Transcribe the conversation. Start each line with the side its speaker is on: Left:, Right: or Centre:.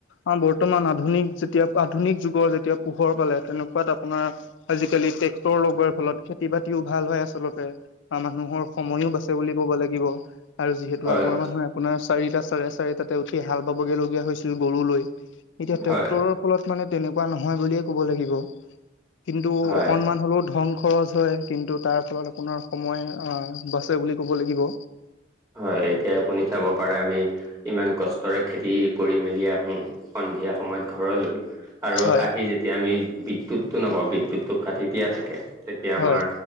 Left: অ বৰ্তমান আধুনিক। যেতিয়া আধুনিক যুগৰ যেতিয়া পোহৰ পালে তেনেকুৱাত আপোনাৰ আজিকালি ট্ৰেক্টৰ লগোৱাৰ ফলত খেতি বাতিও ভাল হয় আচলতে মানুহৰ সময়ও বাচে বুলি ক'ব লাগিব। আৰু যিহেতু
Right: হয়
Left: আগৰ মানুহে আপোনাৰ চাৰিটা চাৰে চাৰিটাতে উঠি হাল বাবগৈ লগগীয়া হৈছিল গৰু লৈ। এতিয়া ট্ৰেক্টৰৰ
Right: হয়
Left: ফলত মানে তেনেকুৱা নহয় বুলিয়ে কব লাগিব। কিন্তু
Right: হয়
Left: অকনমান হ'লেও ধন। খৰচ হয় কিন্তু তাৰ ফলত আপোনাৰ সময় বাচে বুলি ক'ব লাগিব।
Right: হয় এতিয়া আপুনি চাব পাৰে আমি ইমান কষ্টৰে খেতি কৰি মেলি আহো। সন্ধিয়া সময়ত ঘৰলৈ। আৰু
Left: হয়
Right: আহি যেতিয়া আমি বিদ্যুটটো নাপাওঁ বিদ্যুৎ টো কাটি দিয়া থাকে। তেতিয়া আমাৰ
Left: হয়